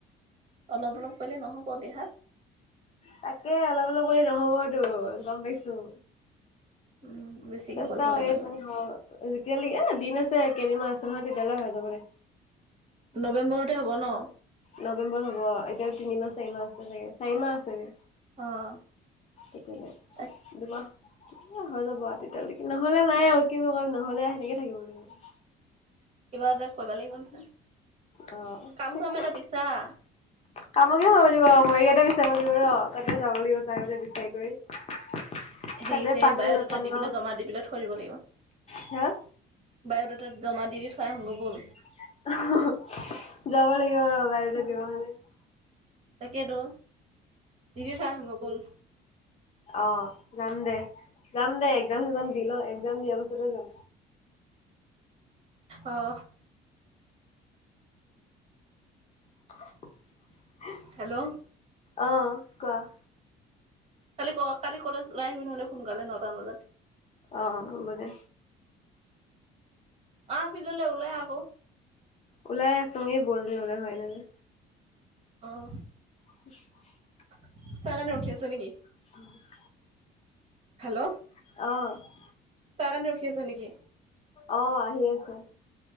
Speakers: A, on the right (about 40°); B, on the left (about 40°).
A: অলপ-অলপ পালে নহ'ব দেহা।
B: তাকে অলপ-অলপ কৰিলে ন'হবটো গ'ম পাইছো।
A: উম বেছিকে
B: চেষ্টা
A: কৰিব
B: কৰি
A: লাগিব
B: আছোঁ হোৱাব। যেতিয়ালৈকে দিন আছে। কেইদিনমান আছে নহয়, তেতিয়ালৈ হৈ যাব দে।
A: নৱেম্বৰতে হ'ব ন?
B: নৱেম্বৰত হ'ব। এতিয়াও তিনিমাহ চাৰিমাহ আছে চাগে, চাৰিমাহ আছে দে।
A: অ',
B: একো নাই।
A: তাক
B: দুমাহ এই হৈ যাব আৰু তেতিয়ালৈকে। ন'হলে নাই আৰু কিন্তু নহ'লে সেনেকে থাকিব লাগিব।
A: কিবা এটা কৰিবা লাগিব নহয়।
B: অ
A: কাম-চাম
B: তাকে
A: এটা বিচাৰ।
B: কামকে কৰিব লাগিব। মৰিগাঁওতে বিচাৰিব লাগিব ৰহ, তাতে যাব লাগিব যাই পেলে বিচাৰি কৰি,
A: হেৰি
B: তাতে
A: চেৰী
B: পাং
A: বায়'ডাটা
B: নে নাপাং
A: দি
B: আৰু
A: পেলাই, জমা দি পেলাই থৈ দিব লাগিব।
B: হা,
A: বায়'ডাটা জমা দি দি থৈ আহোঁ ব'ল।
B: যাব লাগিব ৰ <unintelligible> দিব কাৰণে।
A: তাকেইতো, দি দি থৈ আহোঁগৈ বল।
B: অঁ' যাম দে, যাম দে এক্সাম-সেকজাম দি লওঁ। এক্সাম দিয়াৰ পাছতে যাম।
A: অঁ'।
B: <unintelligible>
A: হেল্ল'।
B: অ', কোৱা‌?
A: কালি ক, কালি কলেজ ওলাই আহিবি নহ'লে সোনকালে নটা মান বজাত।
B: অ', হ'ব দে।
A: আহ ফিল্ডলৈ ওলাই আহ আকৌ।
B: ওলাই আছোঁ, এই বৌজনী ওলাই হোৱাই নাই যে।
A: অ',
B: <unintelligible>
A: তাৰ কাৰণে ৰখি আছ নেকি?
B: <unintelligible>
A: হেল্ল'।
B: অঁ।
A: তাৰ কাৰণে ৰখি আছ নে কি?
B: অঁ' আহি আছে।